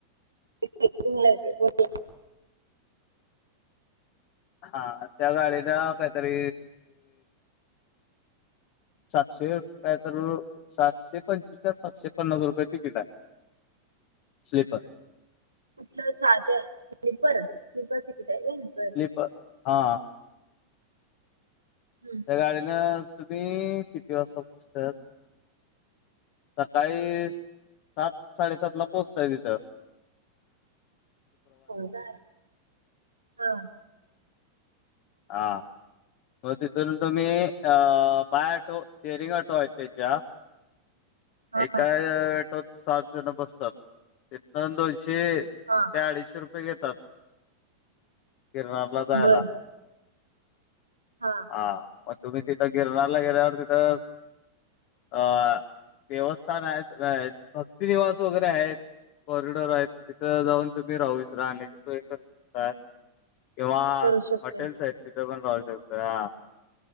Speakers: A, on the right (about 80°); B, on the left (about 45°).
A: हा.
B: हा त्या गाडीला काहीतरी सातशे काय तर सातशे पंचवीस तर सातशे पन्नास रुपये तिकीट आहे. स्लीपर.
A: कुठलं साध स्लीपर स्लीपर तिकीट आहे होय.
B: स्लीपर हा.
A: हम्म!
B: त्या गाडीनं तुम्ही किती वाजता पोचताात? सकाळी सात साडेसात ला पोहोचताय तिथं. ‌
A: होम काय हं.
B: हां. हो तिथून तुम्ही अ बायटो शेरिंगटो आहेत त्यांच्या.
A: हा
B: एकाय ऑटोत. सात जण बसतात तिथं दोनशे ते
A: हां.
B: अडीचशे रुपये घेतात किरनारला जायला.
A: बर हा.
B: हा मग तुम्ही तिथं गिरणारारला गेल्यावर तिथं अ देवस्थान आहेत. भक्तिनवास वगैरे आहेत. कॉरिडोर आहेत. तिथं जाऊन तुम्ही राहूस राहण्याची सोय करू शकता. किंवा
A: करू शकतो
B: हॉटेल्स आहेत तिथ पण राहू शकतोया.